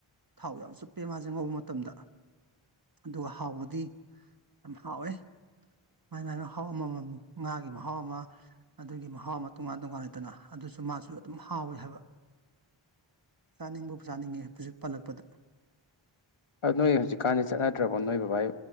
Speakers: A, on the right; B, on the left.
A: ꯊꯥꯎ ꯌꯥꯝ ꯆꯨꯞꯄꯦ ꯃꯥꯁꯦ ꯉꯧꯕ ꯃꯇꯝꯗ ꯑꯗꯨꯒ ꯍꯥꯎꯕꯗꯤ ꯌꯥꯝ ꯍꯥꯎꯋꯦ ꯃꯥꯏ ꯃꯥꯏ ꯃꯍꯥꯎ ꯑꯃꯃꯝꯅꯤ ꯉꯥꯒꯤ ꯃꯍꯥꯎ ꯑꯃꯥ ꯑꯗꯨꯒꯤ ꯃꯍꯥꯎ ꯑꯃꯥ ꯇꯣꯉꯥꯟ ꯇꯣꯉꯥꯟ ꯂꯤꯗꯅ ꯑꯗꯨꯁꯨ ꯃꯥꯁꯨ ꯑꯗꯨꯝ ꯍꯥꯎꯋꯤ ꯍꯥꯏꯕ ꯆꯥꯅꯤꯡꯕꯕꯨ ꯆꯥꯅꯤꯡꯉꯦ ꯍꯨꯖꯤꯛ ꯄꯜꯂꯛꯄꯗ
B: ꯅꯣꯏ ꯍꯧꯖꯤꯛꯀꯥꯟꯗꯤ ꯆꯠꯅꯗ꯭ꯔꯕꯣ ꯅꯣꯏ ꯕꯕꯥꯥꯏ